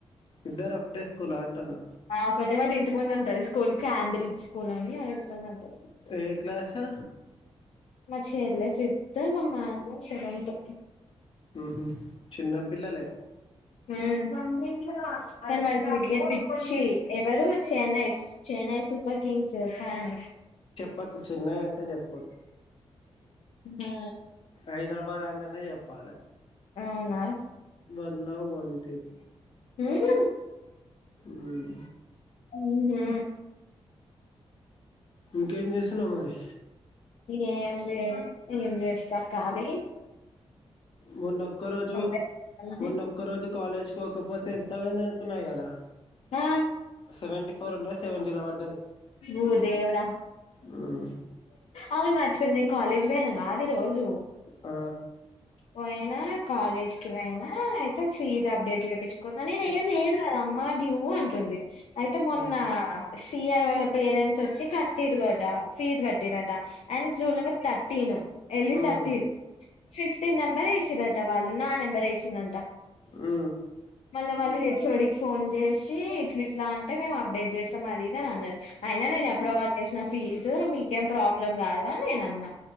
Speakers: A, on the left; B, on the left.
A: ఇద్దరు ఒకటే స్కూల్ ఆ అంటున్నా
B: ఆ కొట్టే వాళ్ళు ఇంటి ముందు ఉంటంది స్కూల్ కి ఆండ్రిడ్జ్ స్కూల్ అని వాళ్ళ ఇంటి కళ్ళే ఉంటది
A: ఏ క్లాసు
B: మా చెల్లె ఫిఫ్త్ మా మాంగో సెవెంత్
A: ఊహు చిన్నపిల్లలే
B: ఊమ్ కాని వాడికి క్రికెట్ పిచ్చి ఎవరు చెన్నైస్ చెన్నై సూపర్ కింగ్స్ ఫ్యాన్
A: పకు చెన్నై అంటే చెప్
B: ఆ
A: హైదరాబాద్ అంటేనే జెప్పాలె
B: అవునా
A: వన్ లవ్ వన్ టీమ్
B: ఊమ్
A: మ్మ్.
B: ఊహు
A: ఇంకేం చేస్తున్నావు మరి
B: ఏం లేదు ఏం జేస్తా కాలీ
A: మొన్నొక్క రోజు
B: బయటికి వెళ్దామని.
A: మొన్నో ఒక్క రోజు కాలేజ్ కోకపోతే ఎంత పోయింది అనుకున్నావ్ ఇయాలా
B: ఆ
A: సెవెంటీ ఫోర్ ఉండేది సెవెంటీ లో పడ్డది
B: భూ దేవుడా
A: మ్మ్
B: అవును మర్చిపోయిన నేను కాలేజ్ కి పోయిన కాదు ఈ రోజు
A: ఆ
B: పోయినా కాలేజ్కి పోయినా అయితే ఫీజ్ అప్డేట్ చేయించుకున్నా నేను ఏం లేదు కదా అమ్మ డ్యూ అంటుంది అయితే మొన్న
A: మ్మ్
B: శియర్ వల పేరెంట్స్ వచ్చి కట్టిరట ఫీజ్ కట్టిరట ఐనది రూల్ నెంబర్ థర్టీన్ ఎలి
A: మ్మ్
B: థర్టీన్ ఫిఫ్టీన్ నెంబర్ ఏసిరట వాళ్ళు నా నెంబర్ ఏసిర్ అంట
A: ఆ
B: మళ్ళీ వాళ్ళు హెఒడికి ఫోన్ చేసి ఇట్లా ఇట్లా అంటే మేము అప్డేట్ చేస్తాం అది ఇది అని అన్నారు అయినా నేను ఎప్పుడోగా చేసినను ఫీజు మీకేం ప్రాబ్లం కాదు అని నేను అన్నా